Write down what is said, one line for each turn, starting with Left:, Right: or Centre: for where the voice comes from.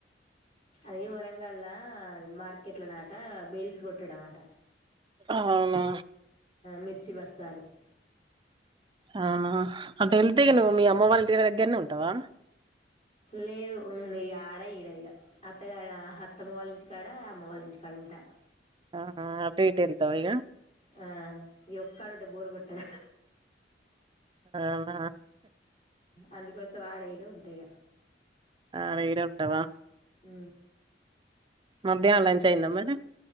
Left: అది వరంగల్లా అది మార్కెట్ లో నాట బీల్స్ కొట్టాడ అమాట
Right: అవునా
Left: మిర్చి బస్సాలు
Right: అవునా అంటే వెళ్తేగా
Left: మ్మ్
Right: నువ్వు మీ అమ్మ వాళ్ళర దగ్గరనే ఉంటావా
Left: లేదు ఉన్నా ఆడ ఈడా ఇగా అత్తగ అత్తమ్మ వాళ్ళ ఇంటికి ఇ కాడ అమ్మ వాళ్ళ ఇంటికాడ ఉంటా
Right: ఆహా ఆ పీఠ ఎంతవ ఇక
Left: ఆ ఈ ఒక్క కాడు ఉంటే బోరు కొట్టదు
Right: అనా
Left: అందుకోసం వాడేయడం ఉంటాయి
Right: ఆ అైగర ఉంటావా
Left: ఉ
Right: మధ్యాహ్నం లంచ్ అయిందా మరి